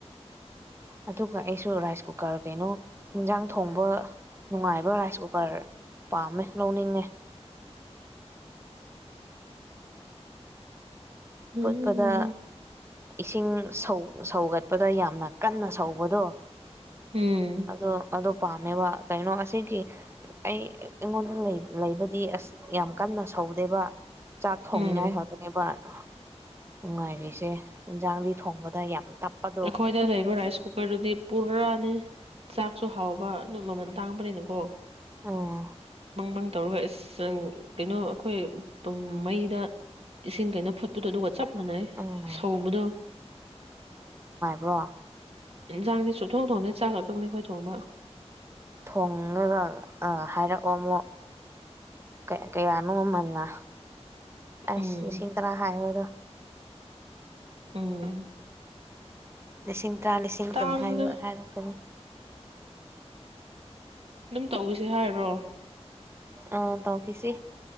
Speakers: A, on the right; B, on the right.
A: ꯑꯗꯨꯒ ꯑꯩꯁꯨ ꯔꯥꯏꯁ ꯀꯨꯀꯔ ꯀꯩꯅꯣ ꯑꯦꯟꯖꯥꯡ ꯊꯣꯡꯕ ꯅꯨꯡꯉꯥꯏꯕ ꯔꯥꯏꯁ ꯀꯨꯀꯔ ꯄꯥꯝꯃꯦ ꯂꯧꯅꯤꯡꯉꯦ
B: ꯎꯝ
A: ꯐꯨꯠꯄꯗ ꯏꯁꯤꯡ ꯁꯧꯒꯠꯄꯗ ꯌꯥꯝꯅ ꯀꯟꯅ ꯁꯧꯕꯗꯣ
B: ꯎꯝ
A: ꯑꯗꯣ ꯑꯗꯣ ꯄꯥꯝꯃꯦꯕ ꯀꯩꯅꯣ ꯑꯁꯤꯒꯤ ꯑꯩ ꯑꯩꯉꯣꯟꯗ ꯂꯩꯕꯗꯤ ꯑꯁ ꯌꯥꯝ ꯀꯟꯅ ꯁꯧꯗꯦꯕ ꯆꯥꯛ ꯊꯣꯡꯅꯤꯡꯉꯥꯏ
B: ꯎꯝ
A: ꯍꯥꯏꯗꯅꯦꯕ ꯑ ꯅꯨꯡꯉꯥꯏꯔꯤꯁꯦ ꯏꯟꯁꯥꯡꯗꯤ ꯊꯣꯡꯕꯗ ꯌꯥꯝ ꯇꯞꯄꯗꯣ
B: ꯑꯩꯈꯣꯏꯗ ꯂꯩꯔꯤꯕ ꯔꯥꯏꯁ ꯀꯨꯀꯔꯗꯨꯗꯤ ꯄꯨꯔꯥꯅꯤ ꯆꯥꯛꯁꯨ ꯍꯥꯎꯕ ꯑꯗꯨ ꯃꯃꯜ ꯇꯥꯡꯕꯅꯤꯅꯀꯣ
A: ꯎꯝ
B: ꯕ ꯇꯧꯔꯒ ꯑꯁ ꯀꯩꯅꯣ ꯑꯩꯈꯣꯏ ꯃꯩꯗ ꯏꯁꯤꯡ ꯀꯩꯅꯣ ꯐꯨꯠꯄꯗꯣ ꯑꯗꯨꯒ ꯆꯞ ꯃꯥꯟꯋꯁꯧꯕꯗꯣ
A: ꯎꯝ ꯕ꯭ꯔ‌ꯣ
B: ꯏꯟꯁꯥꯡꯗꯤ ꯁꯨ ꯊꯣꯡ ꯊꯣꯡꯗ‌ꯦ ꯆꯥꯛ ꯈꯛꯇꯪꯅꯦ ꯑꯩꯈꯣꯏ ꯊꯣꯡꯕ
A: ꯊꯣꯡꯉꯥꯒ ꯍꯥꯏꯔꯛꯑꯣ ꯑꯃꯨꯛ ꯀꯩ ꯀꯌꯥꯅꯣ ꯃꯃꯜꯅ ꯑꯁ
B: ꯎꯝ
A: ꯂꯤꯁꯤꯡ ꯇꯔꯥ ꯍꯥꯏꯕꯗꯣ
B: ꯎꯝ
A: ꯂꯤꯁꯤꯡ ꯇꯔꯥ ꯂꯤꯁꯤꯡ
B: ꯇꯥꯡꯉꯤꯗ
A: ꯀꯨꯟ ꯍꯥꯏꯔꯛꯀꯅꯤ
B: ꯑꯗꯨꯝ ꯇꯧꯁꯦ ꯍꯥꯏꯕꯔꯣ
A: ꯑꯥ ꯇꯧꯈꯤꯁꯤ